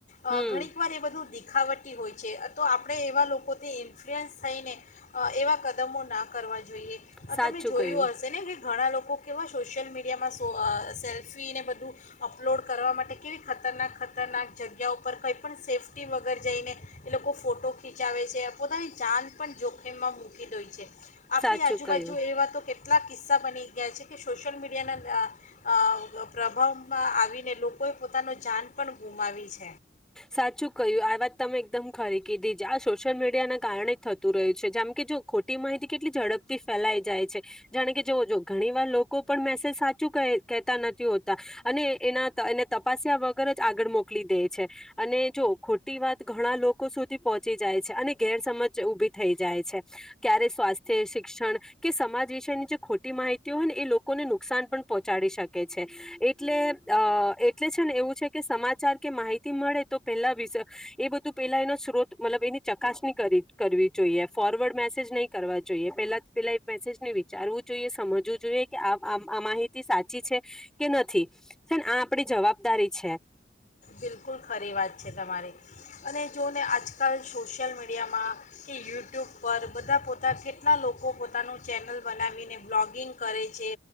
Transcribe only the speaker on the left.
અ
ઘણીક વાર એ બધું દી દીખાવટી હોય છે તો આપણે એવા લોકોથી ઇન્ફ્લુઅન્સ થઈને, અ એવા કદમો નાખ કરવા જોઈએ, આ
તમે જોયું
હશે ને ઘણા લોકો કેવા સોશિયલ મીડિયામાં સો સેલ્ફીને બધું, અપલોડ કરવા માટે કેવી ખતરનાક ખતરનાક જગ્યા ઉપર કંઈપણ સેફ્ટી વગર જઈને એ લોકો ફોટો ખીચાવે છે પોતાની જાન પણ જોખમમાં મૂકી દે છે. આપણી
આજુબાજુ
એવા તો કેટલા એટલા કિસ્સા બની ગયા છે કે સોશિયલ મીડિયાના અ અ પ્રભાવમાં આવીને લોકો કોઈ પોતાનું જાન પણ ગુમાવી છે.
બિલકુલ ખરી વાત છે તમારી. અને જોને આજકાલ સોશિયલ મીડિયામાં કે યુટ્યુબ પર બધા પોતા કેટલા લોકો પોતાનું ચેનલ બનાવીને બ્લોગિંગ કરે છે